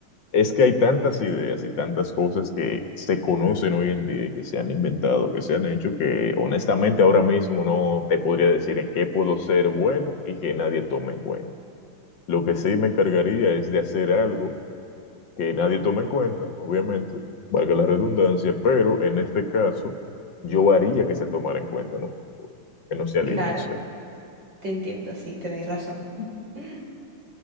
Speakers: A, on the left (about 65°); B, on the right (about 60°).
A: Es que hay tantas ideas y tantas cosas que se conocen hoy en día y que se han inventado, que se han hecho, que honestamente ahora mismo no te podría decir en qué puedo ser bueno y que nadie tome en cuenta. Lo que sí me encargaría es de hacer algo que nadie tome en cuenta, obviamente, valga la redundancia, pero en este caso yo haría que se tomara en cuenta, ¿no? que no sea al
B: Claro,
A: inicio.
B: te entiendo, sí, tenéis razón. <laughs>